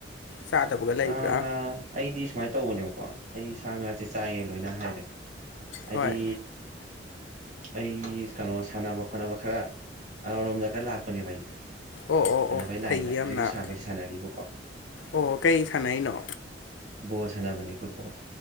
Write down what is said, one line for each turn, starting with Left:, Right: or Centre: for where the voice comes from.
Left: ꯆꯥꯗꯕꯒ ꯂꯩꯕ꯭ꯔꯥ
Right: ꯁꯥ ꯉꯥ ꯑꯩꯗꯤ ꯁꯨꯃꯥꯏ ꯇꯧꯕꯅꯦꯕꯀꯣ ꯑꯩ ꯁꯥ ꯉꯥꯁꯦ ꯆꯥꯏꯌꯦ ꯂꯣꯏꯅ ꯍꯥꯏꯔꯦ ꯍꯥꯏꯗꯤ
Left: ꯍꯣꯏ
Right: ꯑꯩ ꯀꯩꯅꯣ ꯁꯥꯟꯅꯕ ꯈꯣꯠꯅꯕ ꯈꯔ ꯇꯔꯣꯝꯗ ꯈꯔ ꯂꯥꯛꯄꯅꯦꯕ ꯑꯩꯁꯦ
Left: ꯑꯣ ꯑꯣ
Right: ꯁꯥꯟꯅꯕꯩ
Left: ꯑꯣ ꯐꯩ
Right: ꯂꯥꯏꯟꯗ
Left: ꯌꯥꯝꯅ
Right: ꯍꯧꯖꯤꯛꯁꯨ ꯁꯥꯟꯅꯕꯗꯤ ꯁꯥꯟꯅꯔꯤꯕꯀꯣ
Left: ꯑꯣ ꯀꯩ ꯁꯥꯟꯅꯩꯅꯣ
Right: ꯕꯣꯜ ꯁꯥꯟꯅꯕꯅꯦ ꯐꯨꯠꯕꯣꯜ